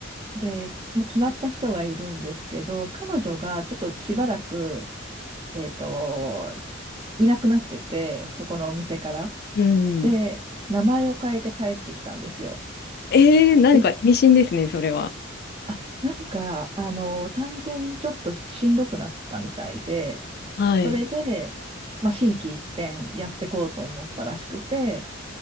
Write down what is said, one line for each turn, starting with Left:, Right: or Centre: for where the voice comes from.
Right: で、もう決まった人がいるんですけど、彼女がちょっとしばらく、えっと、いなくなってて、そこのお店から。
Left: うん。
Right: で、名前を変えて帰ってきたんですよ。
Left: えー、何か意味深ですね、
Right: で、
Left: それは。
Right: あ、なんか、あの、単純にちょっとしんどくなったみたいで、
Left: はい。
Right: それで、まあ、心機一転やってこうと思ったらしくて、